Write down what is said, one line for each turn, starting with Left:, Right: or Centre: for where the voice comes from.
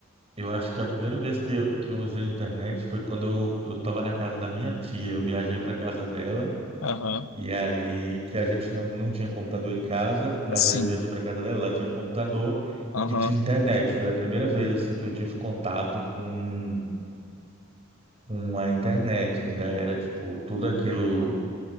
Right: Eu acho que a primeira vez que eu, que eu usei internet foi quando eu, eu estava na casa da minha tia. Eu viajei para casa dela
Left: Aham.
Right: e aí que a gente não, não tinha computador em casa, mas
Left: Assim.
Right: aí eu viajei para casa dela, ela tinha um computador
Left: Aham.
Right: e tinha internet. Foi a primeira vez assim que eu tive contato com, com a internet. Ainda era tipo tudo aquilo